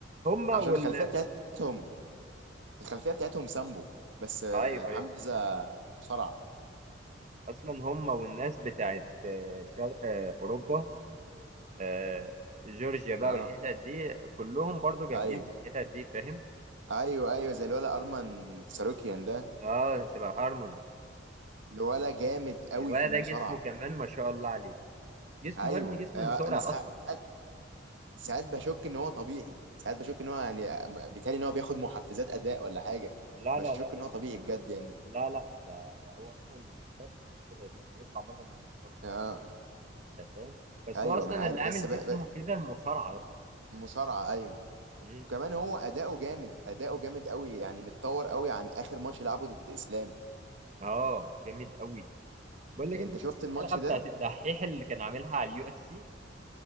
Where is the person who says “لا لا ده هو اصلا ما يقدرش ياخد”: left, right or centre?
Right